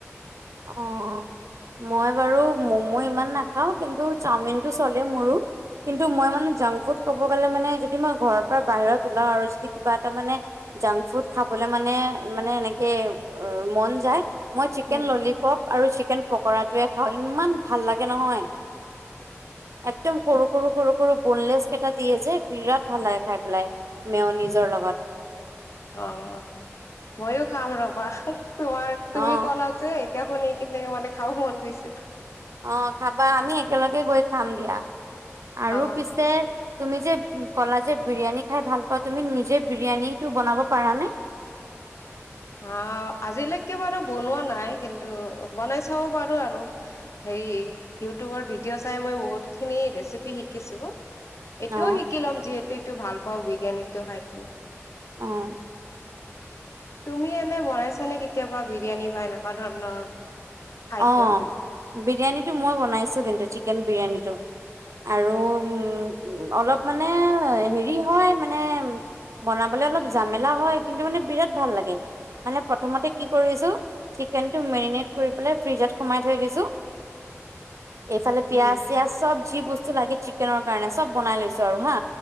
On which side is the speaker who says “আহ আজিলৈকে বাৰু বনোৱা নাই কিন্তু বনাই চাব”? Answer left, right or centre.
Left